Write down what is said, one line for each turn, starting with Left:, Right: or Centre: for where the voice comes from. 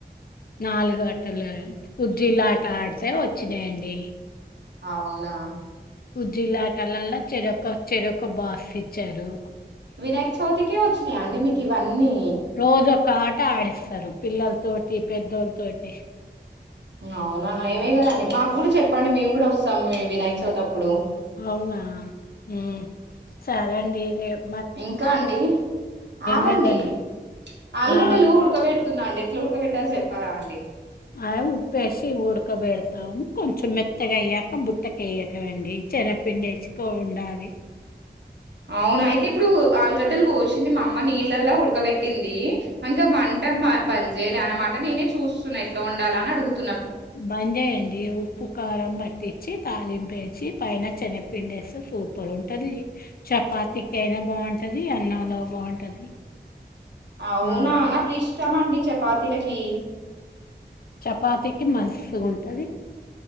Left: నాలుగు ఆటలు కు్జీలా ఆట ఆడితే వచ్చినాయండి
Right: అవునా
Left: కుజ్జీలాటాలల్లో చెర ఒక చెరక బాస్ ఇచ్చారు
Right: వినాయక చౌతి కి వచ్చ యా అండి మీకు ఇవన్నీ
Left: రోజు ఒక్క ఆ అట్టా ఆడిస్తారు పిల్లలతోటి పెద్దోళ్ళతోటి
Right: అవునానా ఏమే కదండి మాకు కూడా చెప్పండి. మేము కూడా వస్తాం. మీ వినాయక చవితి అప్పుడు
Left: అవునా ఉమ్ సరే అండి రేప్
Right: ఇంకా అండి ఆగండి
Left: లేదండి
Right: ఆలుగడ్డలు
Left: ఆ
Right: ఉడకబెడు తున్న అండి ఎట్లా ఊడక పెట్టాలి చెప్పారా అండి
Left: అ ఉప్పేసి ఉడకబెడతాం కొంచెం మెత్తగా అయ్యాక బుట్టక వేయటం అండి. చనగపిండి వేసిగ వండాలి
Right: అవును అయితే ఇప్పుడు ఆలుగడ్ బద్దలు కోసింది మా అమ్మ నీళ్ళలా ఉడకబెట్టింది. ఇంకా మంట బంద్ చేేయలే అనమాట. నేనే చూస్తున్నా ఎట్లా వండాల అని అడుగుతు
Left: బంద్ జేయండి. ఉప్పు కారం పట్టించి తాళింపేచి పైన సెనగపిండి వేస్తే సూపర్ ఉంటది. చపాతికి అయినా బాగుంటది. అన్నంలో బాగుంటది.
Right: అవునా
Left: ఆ
Right: నా కిష్ ఇష్టమండి చపాతిలకి
Left: చపాతికి మస్ గ ఉంటది